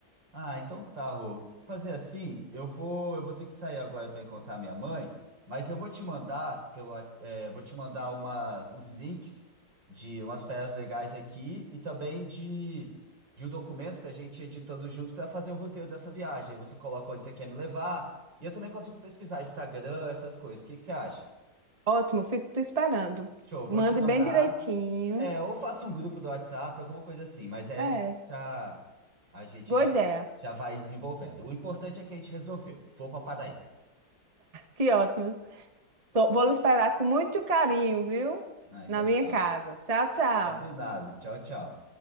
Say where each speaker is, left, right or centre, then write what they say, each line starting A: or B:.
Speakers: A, on the right (about 70°); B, on the right (about 20°).
A: Ah, então tá, Rô. Fazer assim, eu vou, eu vou ter que sair agora para encontrar minha mãe, mas eu vou te mandar pelo, wa- é, vou te mandar umas, uns links de umas peças legais aqui e também de, de um documento para a gente ir editando junto para fazer o roteiro dessa viagem. Aí você coloca onde você quer me levar e eu também consigo pesquisar Instagram, essas coisas. O que que você acha?
B: Ótimo, fico te esperando.
A: Show, vou
B: Mande
A: te mandar.
B: bem direitinho.
A: É, ou faço um grupo do WhatsApp, alguma coisa assim, mas aí
B: É,
A: a gente já, a gente
B: boa
A: já,
B: ideia.
A: já vai desenvolvendo. O importante é que a gente resolveu. Vou para Paraíba.
B: Que ótimo. Tô- vou lhe esperar com muito carinho, viu?
A: Ah, então
B: Na minha
A: tá.
B: casa. Tchau, tchau.
A: Combinado. Tchau, tchau.